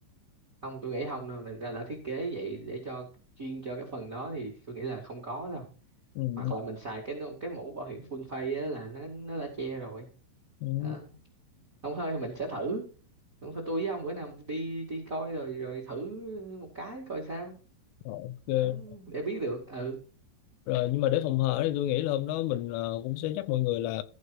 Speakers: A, on the right; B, on the left.
A: không tôi nghĩ không đâu người ta đã thiết kế vậy để cho chuyên cho cái phần đó thì tôi nghĩ là không có đâu
B: ừ,
A: hoặc là mình xài cái nô- cái mũ bảo hiểm full face á là nó nó đã che rồi
B: ừ.
A: đó. không thôi thì mình sẽ thử không thôi tôi với ông bữa nào đi đi coi rồi rồi thử một cái coi sao
B: Rồi, ok
A: đó, để biết được ừ
B: rồi nhưng mà để phòng hờ thì tôi nghĩ là hôm đó mình ờ, cũng sẽ nhắc mọi người là